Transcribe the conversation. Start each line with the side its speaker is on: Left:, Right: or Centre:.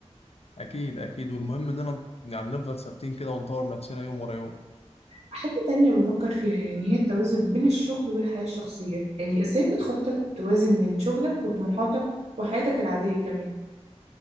Left: أكيد أكيد والمهم إننا يعني نفضل ثابتين كده ونطور نفسنا يوم ورا يوم
Right: حاجة تانية بفكر فيها يعني هي التوازن بين الشغل والحياة الشخصية يعني إزاي بتخطط توازن بين شغلك وطموحاتك وحياتك العادية كمان